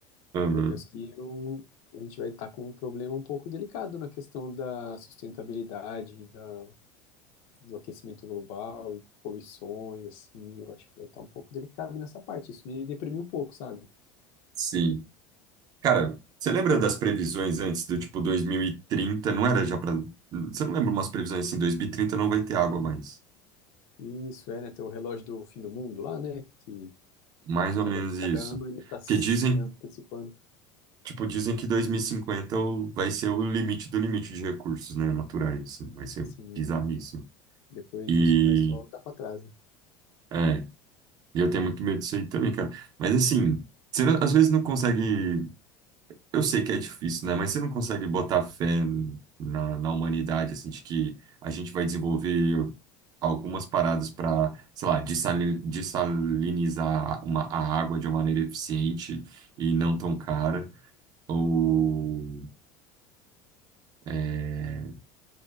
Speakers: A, on the right; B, on the left.
A: aham,
B: Eu penso que eu- a gente vai estar com um problema um pouco delicado na questão da sustentabilidade, da, do aquecimento global e poluições, assim. Eu acho que vai estar um pouco delicado nessa parte. Isso me deprimiu um pouco, sabe?
A: sim. Cara, você lembra das previsões antes do tipo 2030? Não era já pra. Você não lembra umas previsões assim, 2030 não vai ter água mais.
B: E Isso é, né? Tem o relógio do fim do mundo lá, né? Que
A: Mais ou
B: cada,
A: menos isso.
B: cada ano ele está
A: Porque
B: se
A: dizem,
B: antecipando.
A: tipo, dizem que 2050 o- vai ser o limite do limite de recursos, né, naturais, assim. Vai ser
B: Sim,
A: bizarríssimo.
B: depois
A: E
B: disso vai só dar para trás, né?
A: é, eu tenho muito medo disso aí também, cara. Mas assim, você não- às vezes não consegue. Eu sei que é difícil, né? Mas você não consegue botar fé na, na humanidade, assim, de que a gente vai desenvolver algumas paradas para, sei lá, dessali- dessalinizar uma, a água de uma maneira eficiente e não tão cara. Ou, é,